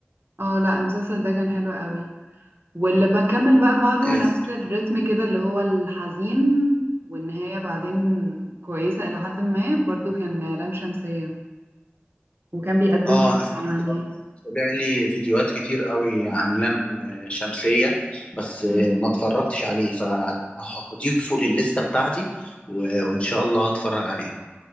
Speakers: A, on the right; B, on the left.
A: اه لا المسلسل ده كان حلو قوي واللي بكمل بقى بعده
B: آه،
A: نفس الريتم كده اللي هو الحزين والنهاية بعدين كويسة إلى حد ما برضو كان لام شمسية وكان بيقدم
B: اه
A: فكرة
B: انا سمعت
A: يعني
B: برضه طلع لي فيديوهات كتير قوي عن لم شمسية بس
A: مم.
B: ما اتفرجتش عليه فهضيفه للستة بتاعتي و- وان شاء الله هتفرج عليه